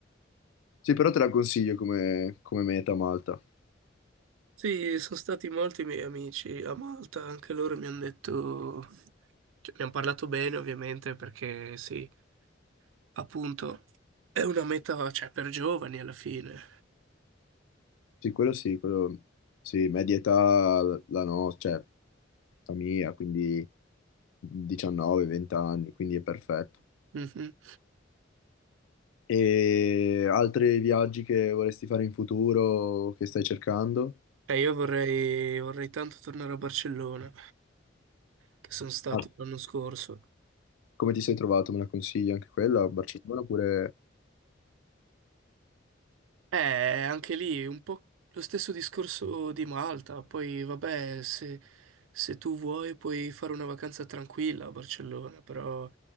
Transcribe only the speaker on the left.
Sì, però te la consiglio come, come meta Malta.
Sì, quello sì, quello sì, media età la nostra, cioè la mia, quindi 19-20 anni, quindi è perfetto.
E altri viaggi che vorresti fare in futuro, che stai cercando?
Ah,
come ti sei trovato? Me la consigli anche quella a Barcellona? Oppure